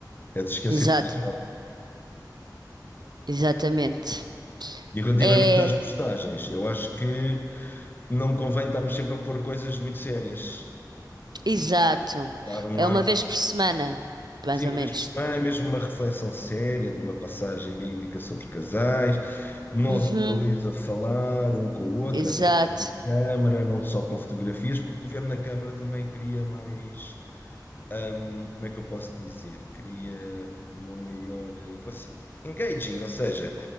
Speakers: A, on the left; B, on the right.
A: É de esquecer
B: exato,
A: de pensar.
B: exatamente.
A: E relativamente
B: É,
A: às postagens, eu acho que não convém estarmos sempre a pôr coisas muito sérias. Tá?
B: exato.
A: Dar um
B: É
A: ar.
B: uma vez por semana, mais
A: Sim,
B: ou
A: uma
B: menos.
A: vez por semana é mesmo uma reflexão séria de uma passagem bíblica sobre casais, nós
B: Uhum,
A: dois a falar um com o outro,
B: exato.
A: através da câmara, não só com fotografias, porque o ver na câmara também cria mais. hum, como é que eu posso dizer? Cria uma maior. eh, proxim- Engaging, ou seja,